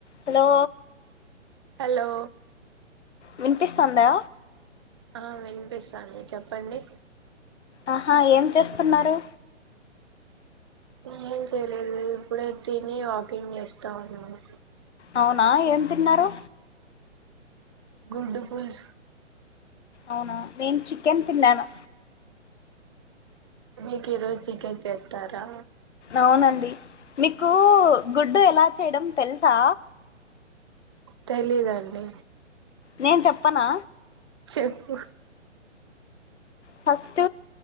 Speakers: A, on the left; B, on the right.
A: Hello
B: hello
A: వినిపిస్తుందా?
B: ఆ వినిపిస్తాంది చెప్పండి.
A: ఆహా. ఏం చేస్తున్నారు?
B: నేను ఏం చేయలేదు. ఇప్పుడే తిని వాకింగ్ చేస్తా ఉన్నాను.
A: అవునా. ఏం తిన్నారు?
B: గుడ్డుపుల్స్
A: అవునా, నేన్ చికెన్ తిన్నాను.
B: మీకు ఈ రోజు చికెన్ చేస్తారా?
A: అవునండి. మీకు గుడ్డు ఎలా చేయడం తెలుసా?
B: తెలిదండి.
A: నేను చెప్పనా.
B: చెప్పు
A: ఫస్ట్